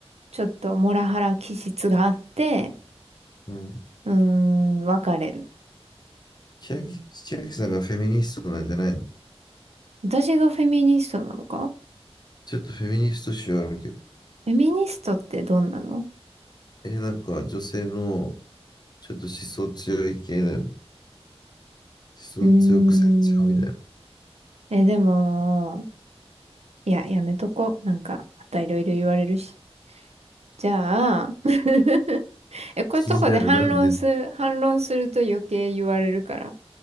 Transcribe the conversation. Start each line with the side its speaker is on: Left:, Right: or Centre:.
Right: ちょっとモラハラ気質があって、
Left: うん
Right: うーん、別れる。
Left: 千秋、千秋さんがフェミニストなんじゃないの
Right: 私がフェミニストなのか
Left: ちょっとフェミニスト臭あるけど。
Right: フェミニストってどんなの
Left: え、なんか女性のちょっと思想強い系だよね。思想強く性強みたいな。
Right: うーん、え、でも、いや、やめとこ。なんか、またいろいろ言われるし。じゃあ、<laughs> え、こういうとこで反論する、
Left: 気になるな、ね。
Right: 反論すると余計言われるから、